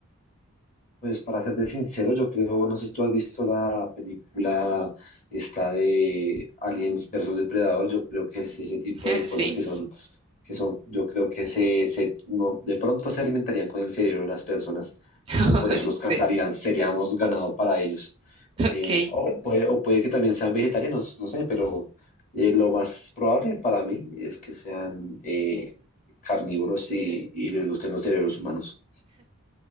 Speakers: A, on the left; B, on the right.
A: Pues para serte sincero, yo creo, no sé si tú has visto la película esta de Aliens versus Depredador, yo creo que es ese tipo
B: <laughs>
A: de cosas
B: Sí,
A: que son, que son, yo creo que se, se no, de pronto se alimentarían con el cerebro de las personas,
B: <laughs>
A: entonces por eso los
B: sí,
A: cazarían, seríamos ganado para ellos.
B: ok.
A: Eh, o puede, o puede que también sean vegetarianos, no sé, pero eh, lo más probable para mí es que sean eh, carnívoros y, y les gusten los cerebros humanos.